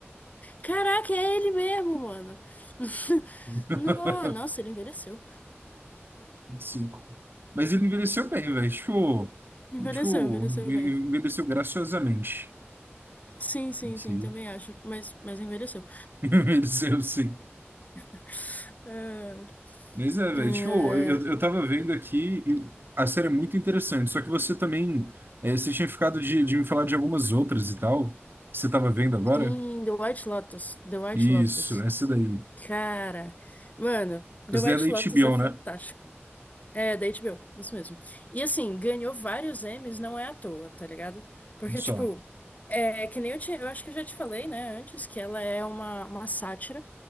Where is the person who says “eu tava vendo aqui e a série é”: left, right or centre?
Right